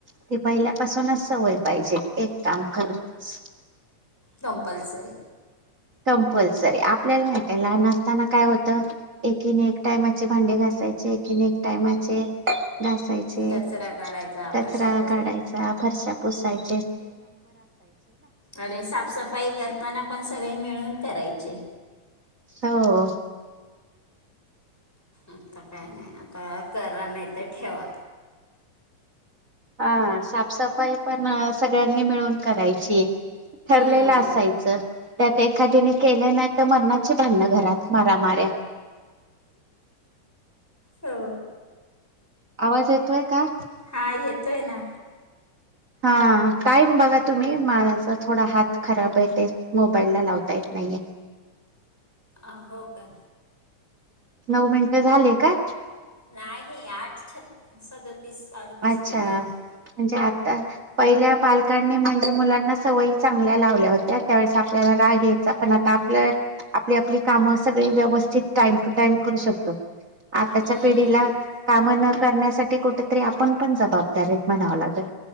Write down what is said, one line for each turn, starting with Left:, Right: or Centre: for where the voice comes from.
Right: ते पहिल्यापासूनच सवय पाहिजे एक काम करच.
Centre: कंपलसरी.
Right: कम्पल्सरी आपल्याल नाही का लहान असताना काय होतं एकीने एक टायमाचे भांडे घासायचे एकीने एक टायमाचे घासायचे
Centre: कचरा काढायचा
Right: कचरा
Centre: फरशा
Right: काढायचा फरच्या पुसायच्या -
Centre: अरे साफसफाई करताना पण सगळे मिळून करायचे.
Right: स होओ.
Centre: आता काय नाय आता करा नाय त ठेवा.
Right: अ साफसफाई पण अ सगळ्यांनी मिळून करायची.
Centre: हम्म
Right: ठरलेलं असायचं त्या ते खादीने केलं नायत त मरणाचे भांडणं घरात मारामाऱ्या.
Centre: हो.
Right: आवाज येतोय का?
Centre: हा येतोय ना.
Right: हा टाईम बघा तुम्ही माझा थोडा हात खराब हेे ते मोबाईलला लावता येत नाहीये.
Centre: अ हो का?
Right: नऊ मिनट झाले का?
Centre: नाही आठ छतीस सदतीस अडतीस
Right: अच्छा
Centre: मिनिटं झाली
Right: म्हणजे आता पै आपल्या पालकांनी म्हणजे मुलांना सवयी चांगल्या लावल्या होत्या. त्यावेळेस आपल्याला राग यायचा. पण आता आप आपली काम सगळी व्यवस्थित टाईम टू टाईम करू शकतो आताच्या
Centre: हम्म
Right: पिढीला काम न करण्यासाठी कुठ तरी आपण पण जबाबदारीत म्हणाव लागेल